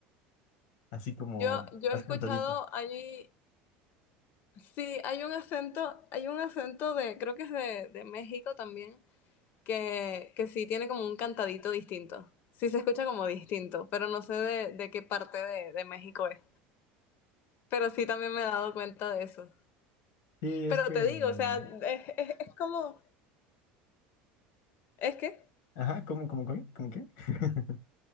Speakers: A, on the left; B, on the left.
A: así como
B: yo, yo
A: más
B: he escuchado
A: cantadito.
B: allí, sí, hay un acento, hay un acento de, creo que es de, de México también, que, que sí tiene como un cantadito distinto. Sí se escucha como distinto, pero no sé de, de qué parte de, de México es. Pero sí también me he dado cuenta de eso.
A: Sí, es
B: Pero
A: que...
B: te digo,
A: mm,
B: o sea, es, es, es como, ¿es que?
A: Ajá, ¿cómo, cómo, cómo, cómo qué? <laughs>